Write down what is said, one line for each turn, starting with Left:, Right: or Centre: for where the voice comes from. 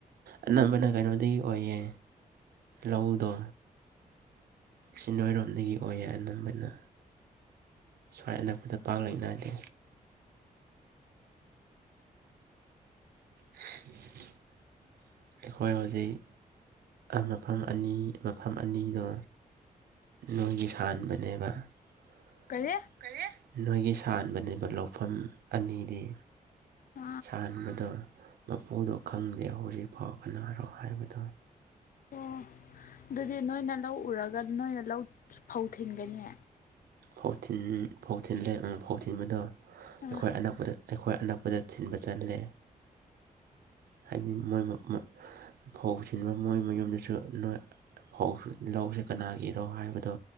Right: ꯑꯅꯝꯕꯅ ꯀꯩꯅꯣꯗꯒꯤ ꯑꯣꯏꯌꯦ ꯂꯧꯗꯣ ꯁꯤ ꯅꯣꯏꯔꯣꯝꯗꯒꯤ ꯑꯣꯏꯌꯦ ꯑꯅꯝꯕꯅ ꯁ꯭ꯋꯥꯏ ꯑꯅꯛꯄꯗ ꯄꯥꯛ ꯂꯩ ꯅꯥꯗꯦ <unintelligible> ꯑꯩꯈꯣꯏ ꯍꯧꯖꯤꯛ ꯃꯐꯝ ꯑꯅꯤ ꯃꯐꯝ ꯑꯅꯤꯗꯣ ꯅꯣꯏꯒꯤ ꯁꯥꯟꯕꯅꯦꯕ <unintelligible>
Left: ꯀꯔꯤ
Right: ꯅꯣꯏꯒꯤ ꯁꯥꯟꯕꯅꯦꯕ ꯂꯧꯐꯝ ꯑꯅꯤꯗꯤ
Left: ꯑꯥ
Right: ꯁꯥꯍꯥꯟꯕꯗꯣ ꯃꯄꯨꯗꯣ ꯈꯪꯗꯦ ꯍꯧꯖꯤꯛꯐꯥꯎ ꯀꯅꯥꯔꯣ ꯍꯥꯏꯕꯗꯣ
Left: ꯑꯣ ꯑꯗꯨꯗꯤ ꯅꯣꯏꯅ ꯂꯧ ꯎꯔꯒ ꯅꯣꯏꯅ ꯂꯧ ꯐꯧ ꯊꯤꯟꯒꯅꯤ
Right: ꯐꯧ ꯊꯤꯟ ꯐꯧ ꯊꯤꯟ ꯂꯦ ꯐꯧ ꯊꯤꯟꯕꯗꯣ
Left: ꯑꯥ
Right: ꯑꯩꯈꯣꯏ ꯑꯅꯛꯄꯗ ꯑꯩꯈꯣꯏ ꯑꯅꯛꯄꯗ ꯊꯤꯟꯕ ꯆꯠꯂꯦ ꯍꯥꯏꯗꯤ ꯃꯣꯏ ꯃꯣꯏ ꯐꯧꯁꯤꯟꯕ ꯃꯣꯏ ꯃꯌꯨꯝꯗꯁꯨ ꯅꯣꯏ ꯐꯧ ꯂꯧꯁꯦ ꯀꯅꯥꯒꯤꯔꯣ ꯍꯥꯏꯕꯗꯣ